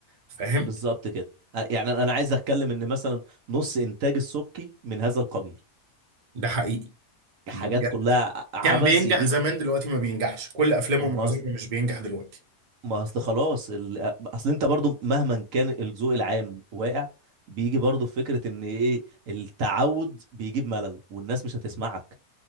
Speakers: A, on the right; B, on the right.
A: فاهم
B: بالظبط كده أ- يعني انا عايز اتكلم ان مثلا نص انتاج السبكي من هذا القبيل
A: ده حقيقي
B: حاجات
A: ده بجد
B: كلها ع- عبث
A: كان بينجح
B: يجيب
A: زمان دلوقتي ما بينجحش كل افلامه
B: ما
A: معظمها
B: ما اصل
A: مش بينجح دلوقتي
B: ما اصل خلاص ال... اصل انت برضو مهما كان الذوق العام واقع بيجي برضو فكرة ان ايه التعود بيجيب ملل والناس مش هتسمعك